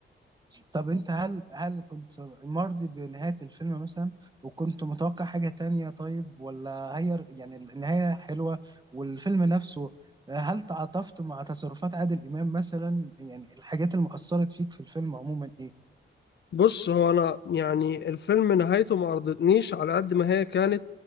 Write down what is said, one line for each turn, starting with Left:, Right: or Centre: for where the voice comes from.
Right: طب انت هل هل كنت مرضي بنهاية الفيلم مثلا وكنت متوقع حاجة تانية طيب ولا هي يعني النهاية حلوة والفيلم نفسه هل تعاطفت مع تصرفات عادل إمام مثلا يعني الحاجات اللي مأثرت فيك في الفيلم عموما ايه
Left: بص هو انا يعني الفيلم نهايته ما ارضتنيش على قد ما هي كانت